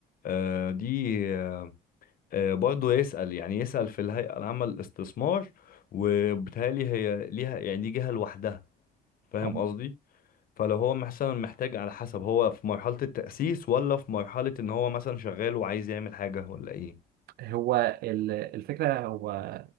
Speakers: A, on the left; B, on the right.
A: آه، دي آه، آه، برضو يسأل يعني يسأل في الهيئة العامة للاستثمار وبالتالي هي ليها يعني دي جهة لوحدها فاهم
B: آه.
A: قصدي فلو هو مثلا محتاج على حسب هو في مرحلة التأسيس ولا في مرحلة ان هو مثلا شغال وعايز يعمل حاجة ولا ايه
B: هو ال- الفكرة هو